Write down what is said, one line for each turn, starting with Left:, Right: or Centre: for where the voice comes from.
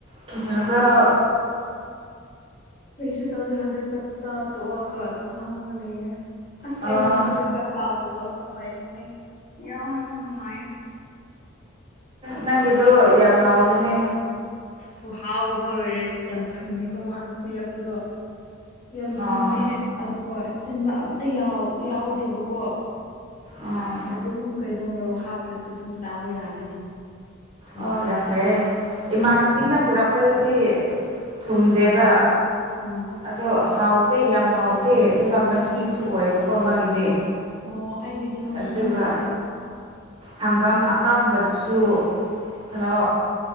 Right: ꯀꯤꯗꯧꯕꯔꯣ
Left: ꯀꯩꯁꯨ ꯇꯧꯗꯦ ꯍꯧꯖꯤꯛ ꯆꯥꯛꯆꯥ ꯇꯣꯛꯑꯒ ꯑꯗꯨꯝ ꯐꯝꯃꯒ ꯂꯩꯌꯦ ꯑꯁ
Right: ꯑꯥ
Left: ꯑꯩꯅ ꯉꯁꯤ ꯇꯥꯕꯗꯣ ꯑꯣꯏ ꯑꯩ ꯌꯥꯝꯅ ꯅꯨꯡꯉꯥꯏꯌꯦ
Right: ꯅꯪꯒꯤꯗꯣ ꯌꯥꯝ ꯍꯥꯎꯒꯅꯦ
Left: ꯈꯨꯍꯥꯎꯕ ꯑꯃ ꯂꯣꯏꯔꯦ ꯌꯥꯝ ꯊꯨꯝꯃꯦꯕ ꯃꯥꯅ ꯄꯤꯔꯛꯄꯗꯣ ꯌꯥꯝ
Right: ꯑꯥ
Left: ꯊꯨꯝꯃꯦ ꯑꯗꯨꯒ ꯆꯤꯟꯕ ꯑꯝꯇ ꯌꯥꯎꯗꯦꯕꯀꯣ
Right: ꯑꯥ
Left: ꯑꯗꯨꯝ ꯀꯩꯅꯣ ꯃꯔꯣꯛ ꯍꯥꯞꯇ꯭ꯔꯁꯨ ꯑꯗꯨꯝ ꯆꯥꯕ ꯌꯥꯒꯅꯤ ꯊꯨꯝꯕꯗꯣ
Right: ꯑꯣ ꯌꯥꯝ ꯐꯩꯌꯦ ꯏꯃꯥꯟꯅꯕꯤꯅ ꯄꯨꯔꯛꯄꯗꯗꯤ ꯊꯨꯝꯗꯦꯕ
Left: ꯎꯝ
Right: ꯑꯗꯣ ꯍꯥꯎ ꯌꯥꯝ ꯍꯥꯎꯇꯦ ꯑꯗꯨꯒ ꯃꯍꯤꯁꯨ ꯑꯣꯏꯌꯦꯕꯀꯣ ꯃꯥꯒꯤꯗꯤ
Left: ꯑꯣ ꯑꯩꯒꯤꯗꯤ ꯃꯍꯤ
Right: ꯑꯗꯨꯒ
Left: ꯅꯠꯇꯦ
Right: ꯍꯪꯒꯥꯝ ꯑꯀꯥꯡꯕꯗꯨꯁꯨ ꯀꯩꯅꯣ